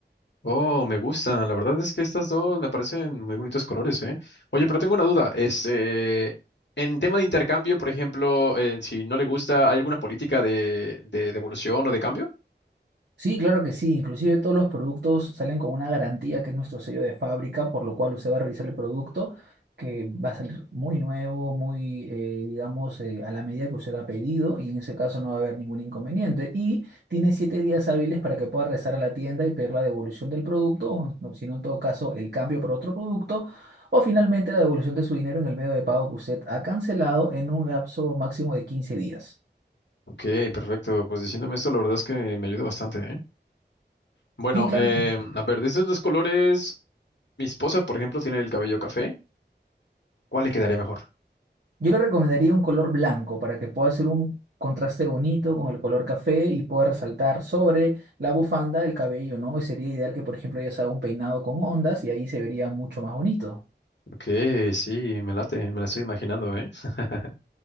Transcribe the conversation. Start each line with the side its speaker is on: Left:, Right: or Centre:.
Left: Oh, me gustan. La verdad es que estas dos me parecen muy bonitos colores, ¿eh? Oye, pero tengo una duda. Este, en tema de intercambio, por ejemplo, eh, si no le gusta, ¿hay alguna política de, de devolución o de cambio?
Right: Sí, claro que sí. Inclusive todos los productos salen con una garantía que es nuestro sello de fábrica, por lo cual usted va a revisar el producto que va a salir muy nuevo, muy, eh, digamos, eh, a la medida que usted ha pedido y en ese caso no va a haber ningún inconveniente. Y tiene siete días hábiles para que pueda regresar a la tienda y pedir la devolución del producto, o no, si no, en todo caso, el cambio por otro producto. O finalmente la devolución de su dinero en el medio de pago que usted ha cancelado en un lapso máximo de 15 días.
Left: Ok, perfecto. Pues diciéndome esto, la verdad es que me ayuda bastante, ¿eh? Bueno,
Right: Sí, claro.
Left: eh, a ver, de esos dos colores, mi esposa, por ejemplo, tiene el cabello café. ¿Cuál le quedaría mejor?
Right: Yo le recomendaría un color blanco para que pueda hacer un contraste bonito con el color café y pueda resaltar sobre la bufanda el cabello, ¿no? Y sería ideal que, por ejemplo, ella se haga un peinado con ondas y ahí se vería mucho más bonito.
Left: Ok, sí, me late, me la estoy imaginando, ¿eh? <laughs>